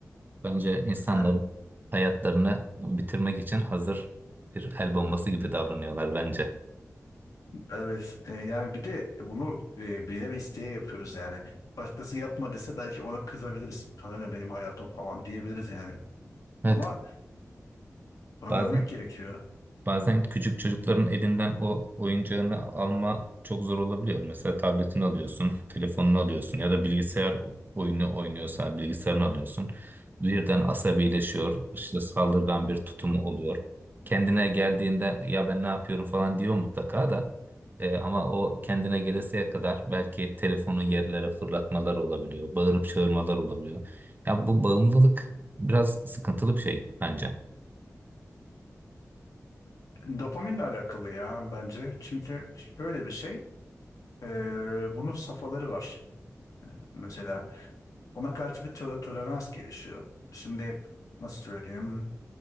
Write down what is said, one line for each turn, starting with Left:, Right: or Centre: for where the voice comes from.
Right: Bence insanların
Left: yani
Right: hayatlarını bitirmek için hazır bir el bombası gibi davranıyorlar bence.
Left: Evet e, yani bir de bunu e, bilerek isteye yapıyoruz yani. Başkası yapma dese belki ona kızabiliriz. Sana ne benim hayatım falan diyebiliriz yani.
Right: Evet.
Left: Ama bunu
Right: Bazen
Left: görmek gerekiyor.
Right: Bazen küçük çocukların elinden o oyuncağını alma çok zor olabiliyor. Mesela tabletini alıyorsun, telefonunu alıyorsun ya da bilgisayar oyunu oynuyorsa bilgisayarını alıyorsun. Birden asabileşiyor, işte saldırgan bir tutumu oluyor. Kendine geldiğinde ya ben ne yapıyorum falan diyor mutlaka da. E, ama o kendine gelesiye kadar belki telefonu yerlere fırlatmalar olabiliyor, bağırıp çağırmalar olabiliyor. Ya bu bağımlılık biraz sıkıntılı bir şey bence.
Left: Dopaminle alakalı ya bence. Çünkü şöyle bir şey. e, bunun safhaları var. Mesela ona karşı bir tole- tolerans gelişiyor. Şimdi nasıl söyleyeyim?